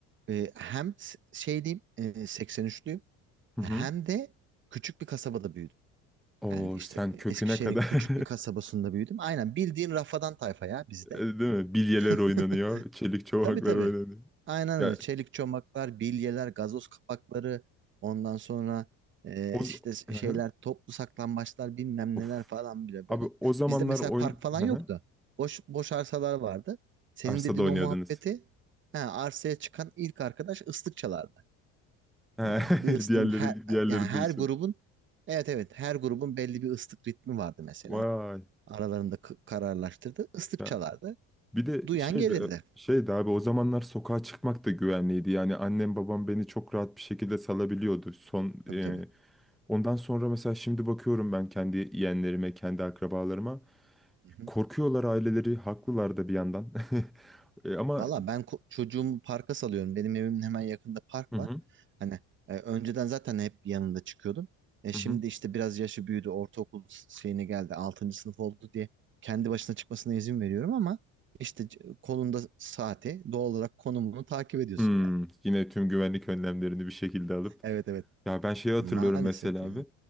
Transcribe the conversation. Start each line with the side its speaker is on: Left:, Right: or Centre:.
Right: e, hem s- şey diyeyim e, 83'lüyüm
Centre: Hı
Right: hem
Centre: hı.
Right: de küçük bir kasabada büyüdüm.
Centre: Oo
Right: Yani işte
Centre: sen
Right: e,
Centre: köküne
Right: Eskişehir'in
Centre: kadar.
Right: küçük
Centre: <laughs>
Right: bir kasabasında büyüdüm. Aynen bildiğin rafadan tayfa ya bizde.
Centre: Değil mi? Bilyeler
Right: <laughs>
Centre: oynanıyor. Çelik çomaklar
Right: Tabii tabii.
Centre: oynanıyor.
Right: Aynen
Centre: Ya
Right: öyle. Çelik çomaklar, bilyeler, gazoz kapakları, ondan sonra e,
Centre: o,
Right: işte şeyler,
Centre: <laughs>
Right: toplu saklambaçlar bilmem
Centre: Of.
Right: neler falan bile
Centre: Abi
Right: böyle.
Centre: o zamanlar
Right: Bizde mesela
Centre: oyun...
Right: park falan
Centre: <laughs> Hı
Right: yoktu.
Centre: hı.
Right: Boş boş arsalar vardı. Senin
Centre: Arsada
Right: dediğin
Centre: oynuyordunuz.
Right: o muhabbeti he, arsaya çıkan ilk arkadaş ıslık çalardı.
Centre: He,
Right: Tamam mı?
Centre: <laughs>
Right: Bir ıslığım
Centre: Diğerleri,
Right: her
Centre: diğerleri
Right: yani her
Centre: duysun.
Right: grubun evet evet her grubun belli bir ıslık ritmi vardı mesela.
Centre: Vay.
Right: Aralarında k- kararlaştırdı. Islık
Centre: Ya.
Right: çalardı.
Centre: Bir de
Right: Duyan
Centre: şey
Right: gelirdi.
Centre: de şey de abi o zamanlar sokağa çıkmak da güvenliydi. Yani annem babam beni çok rahat bir şekilde salabiliyordu. Son
Right: Tabii
Centre: e,
Right: tabii.
Centre: ondan sonra mesela şimdi bakıyorum ben kendi yeğenlerime, kendi akrabalarıma.
Right: tabii.
Centre: Korkuyorlar aileleri, haklılar da bir yandan. <laughs> E, ama
Right: Valla ben ko- çocuğumu parka salıyorum. Benim evimin hemen yakında park
Centre: Hı hı.
Right: var. Hani e, önceden zaten hep yanında çıkıyordum. E,
Centre: Hı
Right: şimdi
Centre: hı.
Right: işte biraz yaşı büyüdü. Ortaokul s- şeyine geldi. altıncı sınıf oldu diye kendi başına çıkmasına izin veriyorum ama işte c- kolunda saati doğal olarak konumunu takip ediyorsun
Centre: Hmm,
Right: yani.
Centre: yine tüm güvenlik önlemlerini bir şekilde alıp
Right: Evet evet.
Centre: Ya ben şeyi hatırlıyorum
Right: Maalesef
Centre: mesela
Right: yani.
Centre: abi.